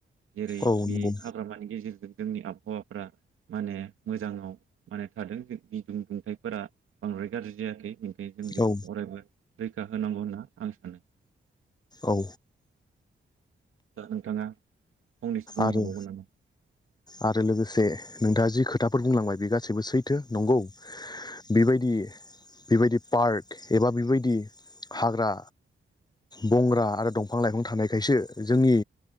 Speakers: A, on the right; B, on the left.
A: जेरै
B: औ
A: बे
B: नंगौ
A: हाग्रामानि गेजेर जोंनि आबहावा। फ्रा माने मोजाङाव माने थादों गदुं दुंथाइफोरा बांद्राय गाज्रि जायाखै। जों बेखौ
B: औ
A: अरायबो। रैखा होनांगौ होनना आं सानो।
B: औ
A: दा नोंथाङा। फंनैसो बुंनो
B: आरो
A: हाबावगोन नामा?
B: आरो लोगोसे नोंथाङा जि खोथाफोर बुंलांबाय बे गास सिबो सैथो नंगौ बेबाय दि बेबायदि पार्क एबा बेबायदि हाग्रा बंग्रा आरो दंफां लाइफां थानायखायसो। जोंनि